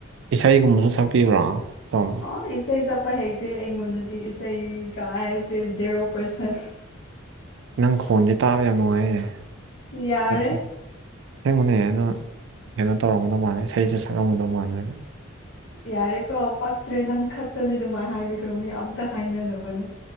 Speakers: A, on the right; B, on the left.
A: ꯏꯁꯩꯒꯨꯝꯕꯁꯨ ꯁꯛꯄꯤꯕ꯭ꯔꯣ ꯁꯣꯝ
B: ꯑꯣ ꯏꯁꯩ ꯁꯛꯄ ꯍꯩꯇꯦ ꯑꯩꯉꯣꯟꯗꯗꯤ ꯏꯁꯩꯒ ꯍꯥꯏꯁꯦ ꯖꯦꯔꯣ ꯄꯥꯔꯁꯦꯟ
A: ꯅꯪ ꯈꯣꯟꯗꯤ ꯇꯥꯕ ꯌꯥꯝ ꯅꯨꯡꯉꯥꯏꯌꯦ
B: ꯌꯥꯔꯦ
A: ꯅꯪ ꯏꯁ ꯁꯦꯡꯕꯅꯦ ꯑꯅ ꯀꯩꯅꯣ ꯇꯧꯔꯝꯒꯗꯧ ꯃꯥꯟꯂꯦ ꯏꯁꯩꯁꯦ ꯁꯛꯂꯝꯝꯒꯗꯧ ꯃꯜꯅꯦꯅꯦ
B: ꯌꯥꯔꯦꯀꯣ ꯄꯛꯇ꯭ꯔꯦ ꯅꯪ ꯈꯛꯇꯅꯦ ꯑꯗꯨꯃꯥꯏꯅ ꯍꯥꯏꯕꯗꯣꯅꯤ ꯑꯝꯇ ꯍꯥꯏꯅꯗꯅꯕꯅꯦ